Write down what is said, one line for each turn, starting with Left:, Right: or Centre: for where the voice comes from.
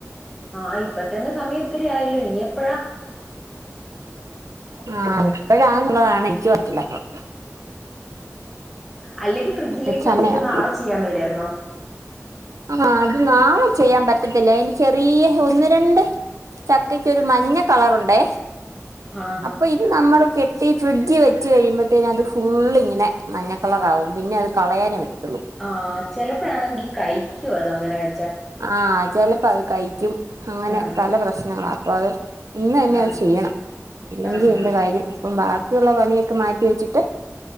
Centre: ആ ഇപ്പ തന്നെ സമയം ഒത്തിരി ആയല്ലോ ഇനി എപ്പഴാ?
Right: ആ എപ്പഴാനുള്ളതാണ് <unintelligible> പറ്റില്ല ട്ടോ
Centre: അല്ലെങ്കി ഫ്രിഡ്ജിലേക്ക്
Right: ഒരു
Centre: വച്ചിട്ട്
Right: സമയം
Centre: നാളെ ചെയ്യാൻ മേലായിരുന്നോ
Right: ആ അത് നാളെ ചെയ്യാൻ പറ്റത്തില്ല അതിന് ചെറിയ ഒന്ന് രണ്ട് ചക്കയ്ക്കൊരു മഞ്ഞ കളറുണ്ടേ
Centre: ആഹാ
Right: അപ്പൊ ഇത് നമ്മള് കെട്ടി ഫ്രിഡ്ജി വെച്ച് കഴിയുമ്പോത്തേന അത് ഫുള്ളിങ്ങനെ മഞ്ഞക്കളറാവും പിന്നെ അത് കളയാനേ പറ്റു
Centre: ആ ചെലപ്പോഴാണെങ്കി കൈ ക്കുവാ അത് അങ്ങനെ വെ
Right: ആ ചെല പത് കഴിക്കും. അങ്ങനെ
Centre: ആ
Right: പല പ്രശ്നങ്ങളാ <unintelligible> ഇന്ന് തന്നെ
Centre: ആ
Right: അത് ചെയ്യണം. ഇല്ലെങ്കി
Centre: ആഹാ
Right: എന്റെ കാര്യം അപ്പം ബാക്കിയുള്ള പണിയൊക്കെ മാറ്റിവെച്ചിട്ട്